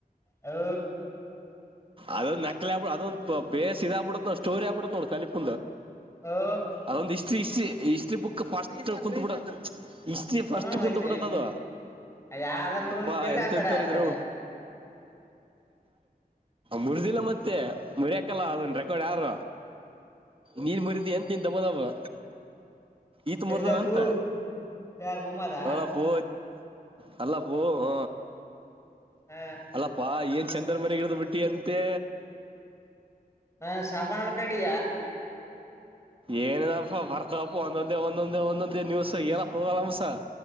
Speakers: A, on the left; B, on the right.
A: ಹೌ
B: ಅದ ನಕ್ಕಲ ಅಂದು ಪೇಸ್ ಇ ಇದ ಪಡತ ಸ್ಟೋರಿಬಡತೋ ಕಲಿಿಪ್
A: ಓ
B: ಅದೊಂದು ಹಿಸ್ಟ್ರಿ ಹಿಸ್ಟ್ರಿ ಈ ಹಿಸ್ಟ್ರಿ ಬುಕ್ ಫಾಸ್ಟ್ ಕುೂತ್ಬಿಡ ಇಷ್ಟೀ ಫಸ್ಟ್
A: ಹ್ಮ
B: ಕುತ್
A: ಐತಿ
B: ಬಿಿಟ್ಟದ ಅದ
A: ಯಾವ್ದ ನೋಡ್ರ
B: ಅಪ್ಪಾ
A: ಕೇಳಿ
B: ಎಂತಂತಾರಿದ್ರು
A: ಆ ಕಡೆ ಆ ಕಡೆ
B: ಮುರಿದಿಲ್ಲ ಮತ್ತೆ ಮುರಿಯಕಲ್ಲ ಅದನ್ ರೆಕಾರ್ಡ್ ಯಾರು ನೀರ್ ಮುರಿದಿ ಎಂತ ನೀನ್ ತಬೋದವ ಇತ್ ಮೂರ್
A: ಎಲ್ಲಪ್ಪೂ
B: ದನ ಅಂತ
A: ಯಾರ್ ಮಮ್ಮದ
B: ಅವಳಪ ನಲ್ಲ ಪೂ ಹ
A: ಹಾ
B: ಅಲ್ಲಪ್ಪಾ ಏನ್ ಚಂದನ ಮನೆಗಿಡ್ದ್ ಬಿಟ್ಟಿ ಅಂತೆ
A: ಹಾ ಸಾಬಣ ಅನ್ಕೊಂಡಿಯ
B: ಏನೇನಪ್ಪ ಬರ್ತಪ್ಪ ಒಂದೊಂದೇ ಒಂದೊಂದೇ ಒಂದೊಂದೇ ನೀವ್ಸ ಏನಪ್ಪ ಆರಾಮಸ